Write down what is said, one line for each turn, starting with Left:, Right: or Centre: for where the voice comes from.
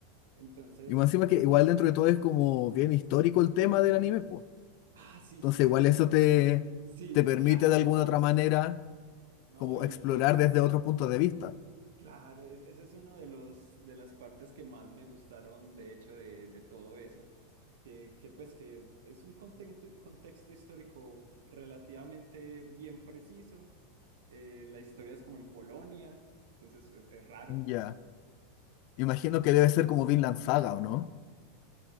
Right: Entonces,
Left: Y más encima
Right: ca-
Left: que igual dentro de todo es como bien histórico el tema del anime, pues.
Right: Ah, sí,
Left: Entonces,
Right: sí, sí,
Left: igual
Right: sí.
Left: eso te,
Right: Sí,
Left: te permite
Right: claro,
Left: de alguna
Right: no.
Left: otra manera
Right: No,
Left: como
Right: y
Left: explorar
Right: eh,
Left: desde otro punto de vista.
Right: claro, es- esa es una de los de las partes que más me gustaron, de hecho, de, de todo eso. Que, que pues que es un contexto, contexto histórico relativamente bien preciso. Eh, la historia es como en Polonia, entonces es, es raro.
Left: Ya. Imagino que debe ser como Vinland Saga, ¿o no?